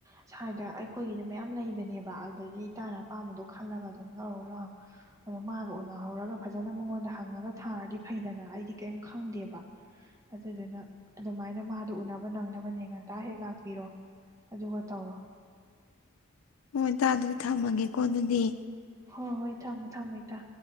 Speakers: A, on the right; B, on the left.
A: ꯁ꯭ꯋꯥꯏꯗ ꯑꯩꯈꯣꯏꯒꯤꯗ ꯃꯌꯥꯝ ꯂꯩꯕꯅꯦꯕ ꯑꯗꯨꯗꯒꯤ ꯏꯇꯥꯅ ꯑꯄꯥꯝꯕꯗꯣ ꯈꯜꯂꯒ ꯑꯗꯨꯝ ꯂꯧꯔꯑꯣ ꯂꯥꯛꯑꯣ ꯑ ꯃꯥꯒ ꯎꯅꯍꯧꯔꯒ ꯐꯖꯅ ꯃꯉꯣꯟꯗ ꯍꯪꯉꯒ ꯊꯥꯔꯗꯤ ꯐꯩꯗꯅ ꯑꯩꯗꯤ ꯀꯔꯤꯝ ꯈꯪꯗꯦꯕ ꯑꯗꯨꯗꯨꯅ ꯑꯗꯨꯃꯥꯏꯅ ꯑꯗꯨ ꯎꯅꯕ ꯅꯪꯅꯕꯅꯦ ꯉꯟꯇꯥ ꯍꯦꯛ ꯂꯥꯛꯄꯤꯔꯣ ꯑꯗꯨꯒ ꯇꯧꯔꯣ꯫
B: ꯍꯣꯏ ꯏꯇ ꯑꯗꯨꯗꯤ ꯊꯝꯃꯒꯦꯀꯣ ꯑꯗꯨꯗꯤ꯫
A: ꯍꯣꯏ- ꯍꯣꯏ ꯊꯝꯃꯣ - ꯊꯝꯃꯣ ꯏꯇꯥ꯫